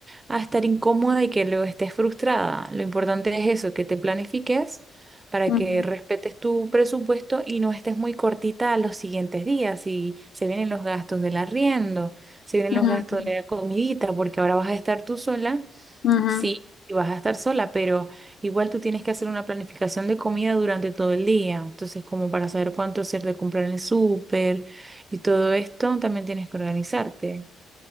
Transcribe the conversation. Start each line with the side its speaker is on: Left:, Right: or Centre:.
Right: a estar incómoda y que luego estés frustrada. Lo importante es eso, que te planifiques para
Left: Ujú,
Right: que respetes tu presupuesto y no estés muy cortita a los siguientes días. Y se vienen los gastos del arriendo, se vienen
Left: ujú,
Right: los gastos de la comidita, porque ahora vas a estar tú sola.
Left: ujú.
Right: Sí, y vas a estar sola, pero igual tú tienes que hacer una planificación de comida durante todo el día. Entonces, como para saber cuánto hacer de comprar en el súper y todo esto, también tienes que organizarte.